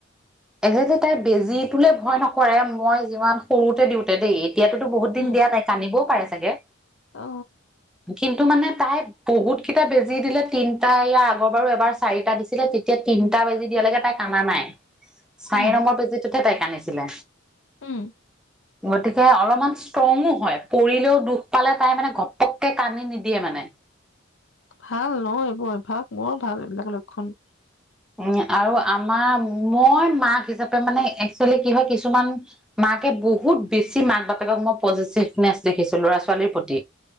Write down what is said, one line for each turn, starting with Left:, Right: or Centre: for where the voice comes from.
Centre: একজেক্টলি তাই বেজী টোলে ভয় নকৰে মই যিমান সৰুতে দিওঁতে দেই ইয়াতো টো বহুত
Left: উম
Centre: দিয়া নাই কান্দিবও পাৰে। চাগে
Left: অ
Centre: কিন্তু মানে তাই বহুত কেইটা বেজি দিলে তিনিটা ইয়াৰ আগৰ বাৰো এবাৰ চাৰিটা দিছিলে তেতিয়া তিনিটা বেজি দিয়ালৈকে তাই কন্দা নাই চাৰি
Left: উম
Centre: নম্বৰ বেজিটোহে তাই আহিছিলে।
Left: উম
Centre: গতিকে অলপমান ষ্ট্ৰংো হয় পৰিলেও দুখ পালে তাই মানে ঘপ তে কানি নিদিয়ে মানে
Left: ভাল ন এইবোৰ অভ্য়াস মোৰো ভাল এইবিলাক লক্ষণ
Centre: উ আৰু আমাৰ মই মাক হিচাপে মানে একচুৱেলি কি হয় কিছুমান মাকে বহুত বেছি মাক বাপেকক মই পজিটিভনেচ দেখিছো ল'ৰা ছোৱালীৰ প্ৰতি